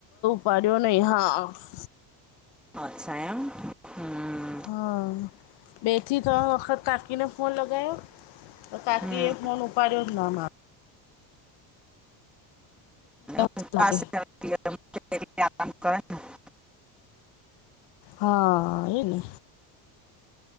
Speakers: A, on the left; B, in the centre.
A: પાડ્યો નહી હા-
B: અચ્છા એમ હ
A: હા બેેથી ત વખત કાકીને ફોન લગાયો- તો કાકી
B: હમ
A: એ ફોન ઉપાડ્યો જ ન મારો
B: આરા
A: દસ લાગે
B: કર <unintelligible>
A: હા એને